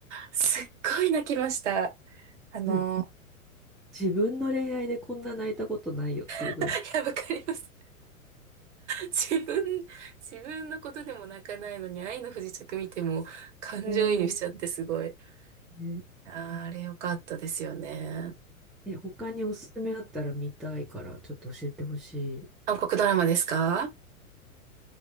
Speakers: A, on the right (about 55°); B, in the centre.
A: すっごい泣きました。あの、
B: ず自分の恋愛でこんな泣いたことないよっていうぐらい。
A: <laughs> いや、わかります。自分、自分のことでも泣かないのに、愛の不時着見ても感情移入しちゃってすごい。
B: えーね
A: あーあれ良かったですよね。
B: え、他におすすめあったら見たいから、ちょっと教えてほし
A: 韓国ドラマですか